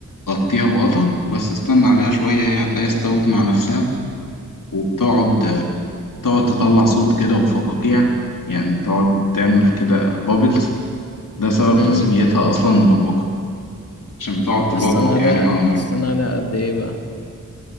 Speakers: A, on the left (about 70°); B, on the left (about 45°).
A: غطيها بغطا وبس استنى عليها شوية هي هتلاقيها استوت مع نفسها وبتقعد تقعد تطلع صوت كده وفقاقيع يعني تقعد تعمل كده بابلز ده سبب
B: مم.
A: تسميتها أصلا بقبقة عشان بتقعد تبقبق
B: أستنى عليها
A: يعني مع المية
B: أستنى عليها قد إيه بقى؟